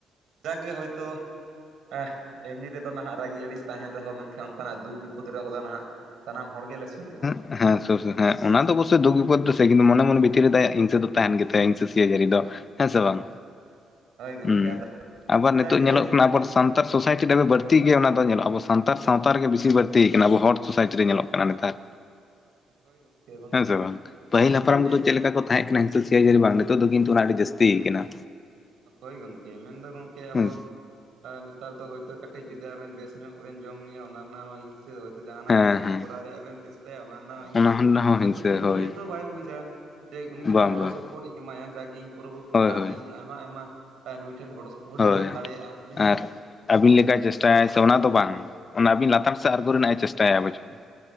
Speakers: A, on the right; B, on the left.
A: ᱡᱟ ᱜᱮ ᱦᱳᱭᱛᱳ ᱮᱸᱦ ᱮᱢᱱᱤ ᱨᱮᱫᱚ ᱱᱷᱟᱸᱜ ᱨᱟᱹᱜᱤ ᱟᱹᱲᱤᱥ ᱛᱟᱦᱮᱱ ᱨᱮᱦᱚᱸ ᱢᱮᱱᱠᱷᱟᱱ ᱚᱱᱠᱟᱱᱟᱜ ᱫᱩᱠᱷ ᱵᱤᱯᱚᱫ ᱨᱮᱦᱚᱸ ᱫᱚ ᱱᱷᱟᱸᱜ ᱥᱟᱱᱟᱢ ᱦᱚᱲ ᱜᱮᱞᱮ ᱥᱩᱨᱩᱜ-ᱟ᱾
B: ᱦᱮᱸ ᱥᱩᱨ ᱥᱮ ᱦᱮᱸ ᱚᱱᱟ ᱫᱚ ᱵᱳᱥᱮ ᱫᱩᱠᱷ ᱵᱤᱯᱚᱫᱽ ᱫᱚ ᱥᱮ ᱥᱟᱸᱜᱤᱱ, ᱢᱚᱱᱮ ᱢᱚᱱᱮ ᱵᱷᱤᱛᱤᱨ ᱨᱮ ᱫᱚ ᱟᱭᱟᱜ ᱦᱤᱝᱥᱟᱹ ᱫᱚ ᱛᱟᱦᱮᱸᱱ ᱜᱮ ᱛᱟᱭᱟ, ᱦᱤᱝᱥᱟ ᱥᱩᱭᱟᱹ ᱡᱟᱹᱨᱤ ᱫᱚ, ᱦᱮᱸᱥᱮ ᱵᱟᱝ?
A: ᱦᱳᱭ ᱦᱳᱭ ᱜᱚᱢᱠᱮ
B: ᱦᱩᱸ,
A: ᱟᱫᱚ
B: ᱟᱵᱚᱣᱟᱜ
A: ᱡᱟᱜᱮ
B: ᱱᱤᱛᱚᱜ ᱧᱮᱞᱚᱜ ᱠᱟᱱᱟ ᱟᱵᱚᱴᱥ ᱥᱟᱱᱛᱟᱨ ᱥᱳᱥᱟᱭᱴᱤ ᱰᱮᱵᱮ ᱵᱟᱹᱲᱛᱤᱜ ᱜᱮ ᱚᱱᱟ ᱫᱚ ᱧᱮᱞᱚᱜ, ᱟᱵᱚ ᱥᱟᱱᱛᱟᱨ ᱥᱟᱶᱛᱟ ᱨᱮᱜᱮ ᱵᱤᱥᱤ ᱵᱟᱹᱲᱛᱤ ᱟᱠᱟᱱᱟ, ᱟᱵᱚ ᱦᱚᱲ ᱥᱳᱥᱟᱭᱴᱤ ᱨᱮ ᱧᱮᱞᱚᱜ ᱠᱟᱱᱟ ᱱᱮᱛᱟᱨ
A: ᱦᱳᱭ ᱜᱚᱢᱠᱮ ᱵᱟᱝᱠᱷᱟᱱ
B: ᱦᱮᱸᱥᱮ
A: ᱫᱚ
B: ᱵᱟᱝ,
A: ᱱᱚᱜᱼᱚ ᱱᱟ ᱠᱚᱫᱚ
B: ᱯᱟᱹᱦᱤᱞ
A: ᱢᱤᱫᱴᱤᱡ
B: ᱦᱟᱯᱨᱟᱢ
A: ᱡᱮ
B: ᱠᱚᱫᱚ ᱪᱮᱫ ᱞᱮᱠᱟ ᱠᱚ ᱛᱟᱦᱮᱸᱜ ᱠᱟᱱᱟ ᱱᱤᱛᱚᱜ ᱥᱤᱭᱟᱡᱽ ᱨᱮ ᱵᱟᱝ, ᱱᱤᱛᱚᱜ ᱫᱚ ᱠᱤᱱᱛᱩ ᱚᱱᱟ ᱟᱹᱰᱤ ᱡᱟᱹᱥᱛᱤ ᱭᱟᱠᱟᱱᱟ᱾
A: ᱦᱳᱭ ᱜᱚᱝᱠᱮ, ᱢᱮᱱ ᱫᱚ ᱜᱚᱝᱠᱮ ᱟᱵᱚ
B: ᱦᱮᱸ
A: ᱟᱨ ᱱᱮᱛᱟᱨ ᱫᱚ ᱦᱳᱭᱛᱳ ᱠᱟᱹᱴᱤᱡ ᱡᱩᱫᱤ ᱟᱵᱮᱱ ᱵᱮᱥ ᱧᱚᱜ ᱵᱮᱱ ᱡᱚᱢ ᱧᱩᱭᱟ ᱚᱱᱟ ᱨᱮᱱᱟᱜ ᱦᱚᱸ ᱦᱤᱱ- ᱥᱟᱹ, ᱦᱳᱭᱛᱳ ᱡᱟᱦᱟᱸᱱᱟᱜ
B: ᱦᱮᱸ
A: ᱟᱵᱮᱱ ᱵᱮᱱ
B: ᱦᱮᱸ
A: ᱠᱚᱨᱟᱣ ᱨᱮᱭᱟᱜ ᱵᱮᱱ ᱪᱮᱥᱴᱟᱭᱟ ᱚᱱᱟ ᱨᱮᱱᱟᱜ ᱦᱚᱸ ᱦᱤᱝᱥᱟᱹ,
B: ᱚᱱᱟ ᱨᱮᱱᱟᱜ ᱦᱚᱸ
A: ᱦᱚᱭᱛᱳ
B: ᱦᱤᱝᱥᱟᱹ
A: ᱩᱱᱤ
B: ᱦᱳᱭ
A: ᱱᱤᱭᱟᱹ ᱫᱚ ᱵᱟᱭ ᱵᱩᱡᱽᱼᱟ ᱡᱮ ᱩᱱᱤ ᱡᱩᱫᱤ
B: ᱵᱟᱝ
A: ᱜᱚᱲᱚ
B: ᱵᱟᱝ
A: ᱥᱚᱯ ᱦᱚᱲ ᱤᱧ ᱮᱢᱟᱭᱟ ᱡᱟ ᱜᱮ ᱤᱧ ᱯᱚᱨᱚᱵᱚᱨᱛᱤ
B: ᱦᱳᱭ
A: ᱠᱟᱞ
B: ᱦᱳᱭ
A: ᱨᱮ ᱤᱧ ᱟᱭᱢᱟ ᱟᱭᱢᱟ ᱛᱟᱭ ᱱᱩᱭ ᱴᱮᱱ ᱜᱚᱲᱚ ᱥᱚ- ᱯᱚᱲᱚ
B: ᱦᱳᱭ
A: ᱦᱚᱧ ᱧᱟᱢ ᱫᱟᱲᱮᱭᱟᱜ-ᱟ ᱤᱱᱟᱹ ᱪᱤᱱᱛᱟᱹ
B: ᱟᱨ
A: ᱵᱷᱟᱵᱽᱱᱟ ᱠᱟᱛᱮ
B: ᱟᱹᱵᱤᱱ
A: ᱡᱩᱫᱤ
B: ᱞᱮᱠᱟᱭ
A: ᱠᱟᱹᱢᱤ
B: ᱪᱮᱥᱴᱟᱭᱟᱭ
A: ᱦᱚᱨᱟ ᱵᱚᱱ ᱢᱟᱲᱟᱝᱼᱟ,
B: ᱥᱮ ᱚᱱᱟ
A: <unintelligible>
B: ᱫᱚ ᱵᱟᱝ ᱚᱱᱟ ᱟᱹᱵᱤᱱ ᱞᱟᱛᱟᱨ ᱥᱮᱫ ᱟᱨᱜᱚ ᱨᱮᱱᱟᱜ ᱮ ᱪᱮᱥᱴᱟᱭᱟ ᱵᱳᱪᱷᱚᱱ᱾